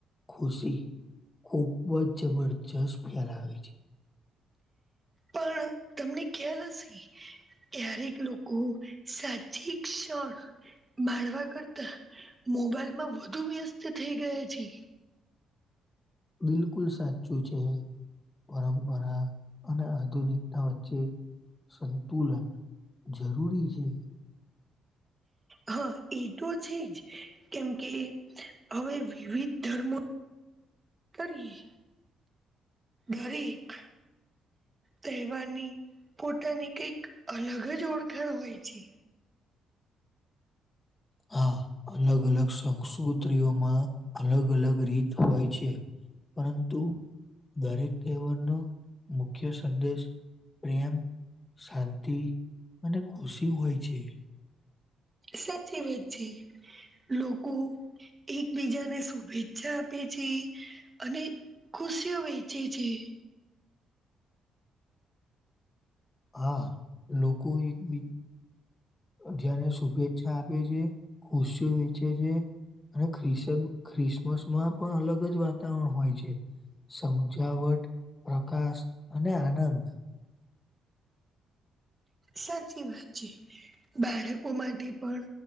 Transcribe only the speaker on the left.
ખુશી ખૂબ જ જબરજસ્ત ફેલાવે છે.
બિલકુલ સાચું છે પરંપરા અને આધુનિક ના વચ્ચે સંતુલન જરૂરી છે.
હ હા અલગ અલગ સંસ્કૃતિઓમાં અલગ અલગ રીત હોય છે પરંતુ દરેક તહેવારનો મુખ્ય સંદેશ પ્રેમ શાંતિ અને ખુશી હોય છે.
હા લોકો એક બી જાને શુભેચ્છા આપે છે ખુશઓ વેચે છે. અને ખ્રિસ ખ્રિસમસમાં પણ અલગ જ વાતાવરણ હોય છે. સમજાવટ પ્રકાશ અને આનંદ